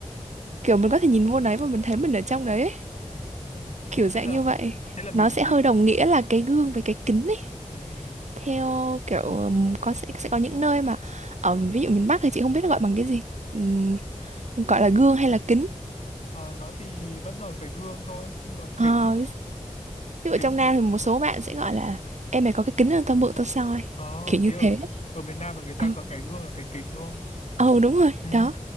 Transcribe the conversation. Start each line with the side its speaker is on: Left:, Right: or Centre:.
Right: kiểu mình có thể nhìn vô đấy và mình thấy mình ở trong đấy ấy.
Left: Ừ,
Right: kiểu dạng
Left: thế là
Right: như vậy
Left: thế là mình
Right: nó sẽ
Left: nhìn
Right: hơi đồng nghĩa là cái gương với cái kính ấy
Left: ừ, ừ,
Right: theo kiểu ừm, có sẽ, sẽ có những nơi mà ờm, ví dụ miền Bắc thì chị không biết là gọi bằng cái gì Ừm, gọi
Left: đúng rồi.
Right: là gương hay là kính
Left: Ờ, nó thì vẫn là cái gương thôi, nhưng mà
Right: Ờ,
Left: kính,
Right: ví dụ
Left: kính
Right: ở trong Nam
Left: thì
Right: thì một số
Left: ừ.
Right: bạn sẽ gọi là em mày có cái kính không tao mượn tao soi
Left: Ờ,
Right: kiểu
Left: thế
Right: như
Left: ở
Right: thế
Left: ở miền Nam là người ta
Right: ừ
Left: có cái gương là cái kính đúng không?
Right: ừ đúng rồi
Left: Ừ,
Right: đó